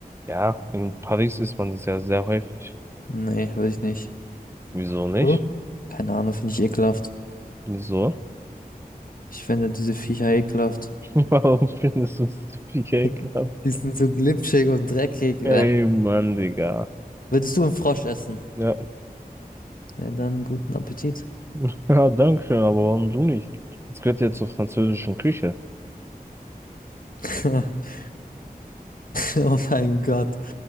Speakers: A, on the right; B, on the left.
A: Ja, in Paris isst man das ja sehr häufig.
B: Nee, würde ich nicht.
A: Wieso nicht?
B: Du? Keine Ahnung, finde ich ekelhaft.
A: Wieso?
B: Ich finde diese Viecher ekelhaft.
A: <laughs> Warum findest du es so viel Geld
B: <laughs>
A: gehabt?
B: Die sind so glitschig und dreckig. Bäh.
A: Ey, Mann, Digga.
B: Würdest du einen Frosch essen?
A: Ja,
B: Ja, dann guten Appetit.
A: <laughs> ja, danke schön, aber warum du nicht? Es gehört ja zur französischen Küche.
B: <laughs> Oh mein Gott.